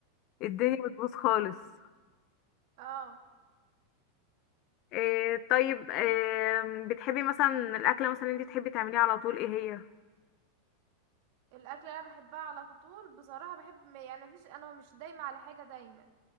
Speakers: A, on the left (about 50°); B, on the right (about 60°).
A: بتبوظ
B: امم
A: خالص
B: اه
A: إيه طيب إيه بتحبي مثلا الأكلة مثلا انت تحبي تعمليها على طول ايه هي
B: الاكل اللي انا بحبها على طول بصراحة بحب يعني مفيش انا مش دايما على حاجة دايما